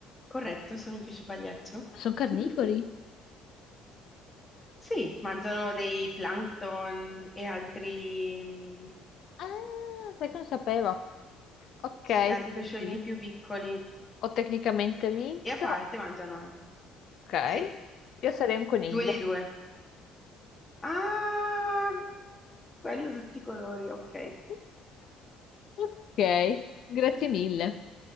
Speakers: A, on the left (about 20°); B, on the left (about 60°).
A: Corretto, sono un pesce pagliaccio.
B: Sono carnivori?
A: <laughs> Sì, mangiano dei plankton e altri, mm,
B: Ah, sai che non sapevo. Ok,
A: sì, altri pesciolini
B: quindi
A: più piccoli
B: Ho tecnicamente vinto.
A: e a parte mangiano anche.
B: Ok,
A: Sì,
B: io sarei un coniglio.
A: due di due. Ah, quello di tutti i colori, ok.
B: <laughs> Ok, grazie mille.